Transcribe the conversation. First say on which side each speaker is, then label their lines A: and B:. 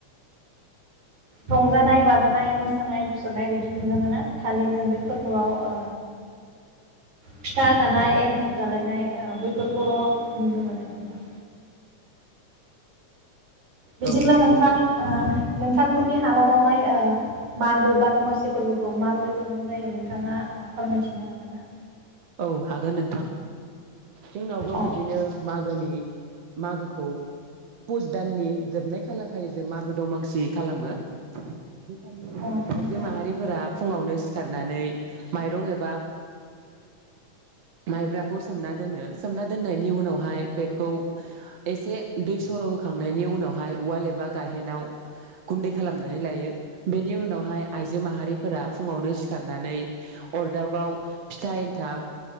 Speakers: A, on the right (about 80°); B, on the right (about 60°).
A: रंजानाय बाजानाय मोसानाय मुसुरनाय बिदि नुनो मोना खालि जों बे फोरबोआव ओ फिथा जानाय एनथाब जालायनाय ओ बैफोरखौल' नुनो मोनो नोंथां। बिदिब्ला
B: औ नंगौ
A: नोंथां ओ। नोंथांमोननि हालामावलाय ओ मागो बा दमासि फोरबोखौ माबोरै खुंनाय जायो नोंथाङा ओ फोरमायथिनो हागोन ना।
B: औ हागोन नोंथां। जोंनावबो
A: अ
B: बिदिनो मागोनि मागोखौ पुस दाननि जोबनाय खालार खालिजों मागो दंमासि खालामो। आजिखालि
A: अ नंगौ
B: आइजो माहारिफोरा फुङावनो सिखारनानै माइरं एबा माइब्राखौ सोमना दोनो सोमना दोननायनि उनावहाय बेखौ एसे दै सर' होखांनायनि उनावहाय उवाल एबा गाहेनाव गुन्दै खालामनानै लायो बेनि उनावहाय आइजो माहारिफोरा फुङावनो सिखारनानै अरदाबाव फिथा थाब